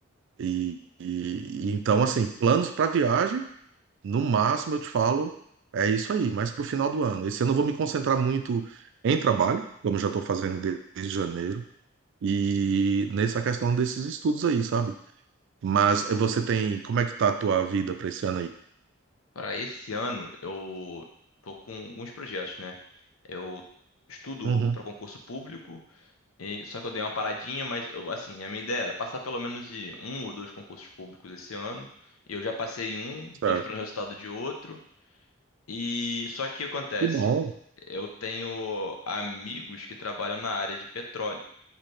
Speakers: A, on the right; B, on the left.
A: E, e e então, assim, planos para viagem. No máximo, eu te falo, é isso aí, mas para o final do ano. Esse ano eu vou me concentrar muito em trabalho, como eu já estou fazendo de- desde janeiro, e nessa questão desses estudos aí, sabe? Mas eh, você tem. Como é que tá a tua vida para esse ano aí?
B: Para esse ano, eu tô com alguns projetos, né? Eu estudo
A: Uhum,
B: para concurso público. E- só que eu dei uma paradinha, mas eu- assim, a minha ideia era passar pelo menos de um ou dois concursos públicos esse ano. Eu já passei em um,
A: certo.
B: tô esperando o resultado de outro. E só que o que acontece,
A: Que bom.
B: eu tenho amigos que trabalham na área de petróleo.